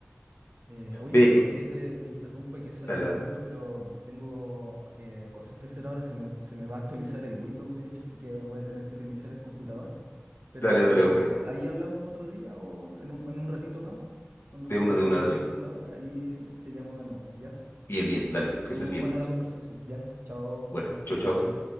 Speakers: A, on the right; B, on the left.
A: Eh, oye,
B: Ve,
A: perdón que te, te interrumpa y que sea
B: dale,
A: tan abrupto,
B: dale,
A: pero tengo eh, cosas que hacer ahora, se me, se me va a actualizar el Windows, de hecho, así que voy a tener que reiniciar el computador. Pero
B: dale, dale, hombre.
A: ahí hablamos otro día o en un, en un ratito más, cuando
B: De
A: se
B: una,
A: me actualice
B: de una, dale.
A: el computador, ahí te llamo de nuevo, ¿ya?
B: Bien, bien, dale, que
A: Estuvo
B: estés
A: muy
B: bien,
A: buena
B: pues.
A: la conversación, ¿ya? Chao,
B: Bueno,
A: chao,
B: chau,
A: cuídate.
B: chau.